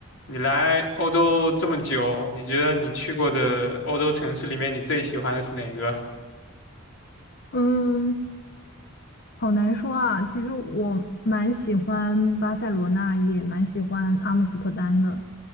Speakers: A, on the left; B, on the left.
A: 你来欧洲这么久，你觉得你去过的欧洲城市里面，你最喜欢的是哪个？
B: 嗯，好难说啊。其实我蛮喜欢巴塞罗那，也蛮喜欢阿姆斯特丹的，